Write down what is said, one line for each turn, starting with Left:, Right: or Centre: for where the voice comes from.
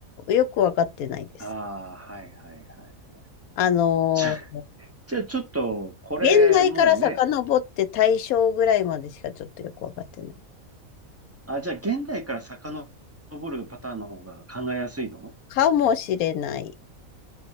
Left: よくわかってないです。
Right: ああ、はいはいはい。
Left: あの、
Right: じゃ、じゃあちょっと、これ、
Left: 現代から遡って大正ぐらいまでしかちょっとよくわかってない。
Right: もうね。あ、じゃあ現代から遡るパターンの方が考えやすいの
Left: かもしれない